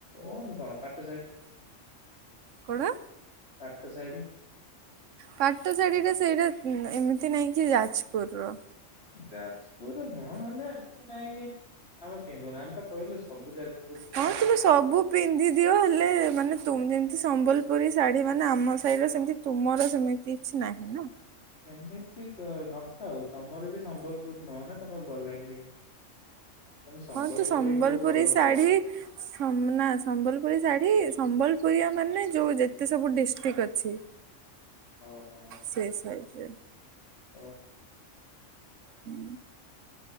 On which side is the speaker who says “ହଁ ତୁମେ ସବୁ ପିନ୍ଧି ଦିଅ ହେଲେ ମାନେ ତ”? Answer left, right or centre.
Right